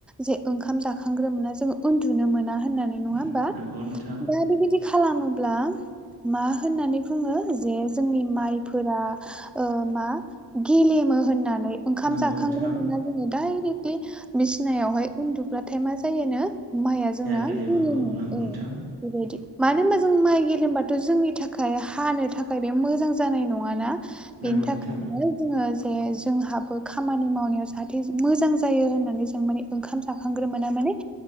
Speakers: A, in the centre; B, on the right.
A: जे ओंखाम जाखांग्रोमोना जोङो उन्दुनो मोना होननानै नङा
B: नंगौ
A: होमबा
B: नोंथां
A: दा बिदि बिदि खालामोब्ला मा होननानै बुङो जे जोंनि माइफोरा ओ मा गेलेमो होननानै ओंखाम
B: नंगौ
A: जाखांग्रोमोना
B: नोंथां
A: जोङो डायरेक्टलि बिसिनायावहाय उन्दुब्लाथाय मा जायोनो माइया जोंना
B: गेलेमा
A: गेलेमो
B: नंगौ
A: औ
B: नोंथां
A: बेबायदि मानो होनबा जों माइ गेलेमबाथ' जोंनि थाखाय हानो थाखाय बे मोजां जानाय नङाना
B: नंगौ
A: बेनि थाखायनो
B: नोंथां
A: जोङो जे जोंहाबो खामानि मावनायाव जाहाथे मोजां जायो होननानै जों माने ओंखाम जाखांग्रोमोना माने